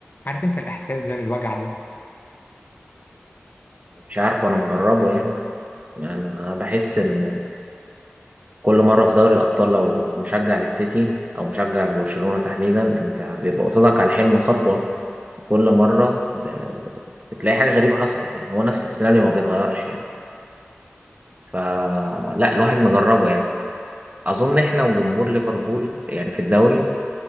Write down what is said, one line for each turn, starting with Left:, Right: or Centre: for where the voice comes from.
Left: عارف أنت الإحساس ده الوجع ده
Right: مش عارف وانا مجربه يعني يعني انا بحس ان كل مره في دوري الابطال لو مشجع للسيتي او مشجع لبرشلونه تحديدا انت بيبقى قصادك على الحلم خطوه كل مره ب- بتلاقي حاجه غريبه حصلت يعني هو نفس السيناريو ما بيتغيرش يعني فلا الواحد مجربه يعني اظن احنا وجمهور ليفربول يعني في الدوري